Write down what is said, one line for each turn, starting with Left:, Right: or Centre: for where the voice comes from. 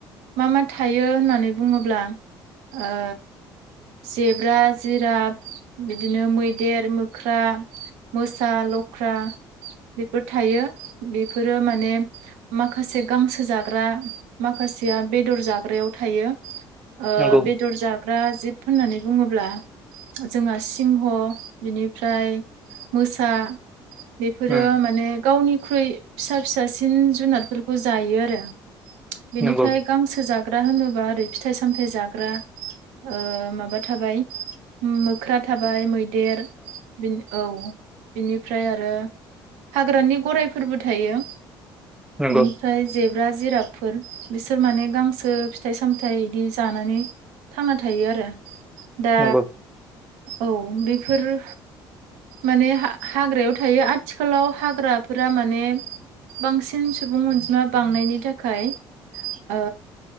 Right: मा मा थायो होननानै बुङोब्ला ओ जेब्रा, जिराब बिदिनो मैदेर, मोख्रा मोसा, लख्रा बेफोर थायो। बेफोरो माने माखासे गांसो जाग्रा माखासेया बेदर जाग्रायाव थायो। ओ
Centre: नंगौ
Right: बेदर जाग्रा जिब होननानै बुङोब्ला। जोंहा सिंह बिनिफ्राय मोसा बेफोरो
Centre: उम
Right: माने गावनिख्रुइ फिसा फिसासिन जुनारफोरखौ जायो आरो। बेनिफ्राय
Centre: नंगौ
Right: गांसो जाग्रा होनोबा ओरै फिथाय सामथाय जाग्रा ओ माबा थाबाय मोख्रा थाबाय मैदेर बिन औ बिनिफ्राय आरो हाग्रानि गरायफोरबो थायो।
Centre: नंगौ
Right: नि फ्राय जेब्रा, जिराबफोर बिसोर माने गांसो फिथाइ सामथाइ इदि जानानै थांना थायो आरो। दा
Centre: नंगौ
Right: औ बेफोरो माने हा-हाग्रायाव थायो। आथिखालाव हाग्राफोरा माने बांसिन सुबुं अनजिमा बांनायनि थाखाय ओ